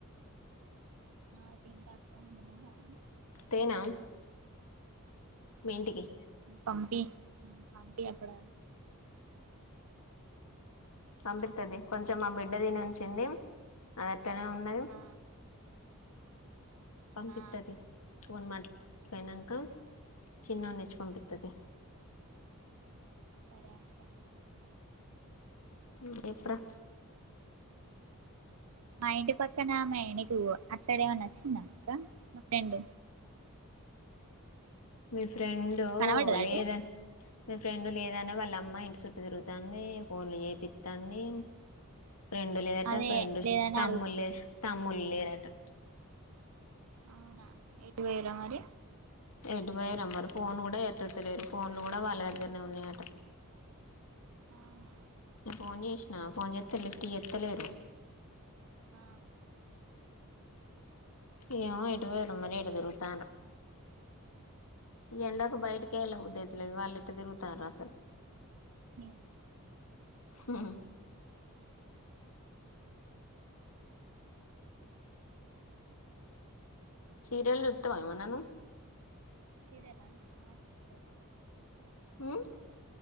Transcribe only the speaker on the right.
ఆ తిన్న అక్క నువ్ తిన్నావా
పంపి పంపి అప్పుడ
ఆ
ఆ
సరే అక్క
మా ఇంటి పక్కన ఆమె నీకు అట్లాడేమన్నా నచ్చిందాక్క మా రెండు
కనబడ్డదా
అటు
అదే
లేదని
అడుగుతాను
అవునా ఎటువైరా మరి
అవునా
ఆ
అ
సర అలా ఆ ముప్ప
చద్ద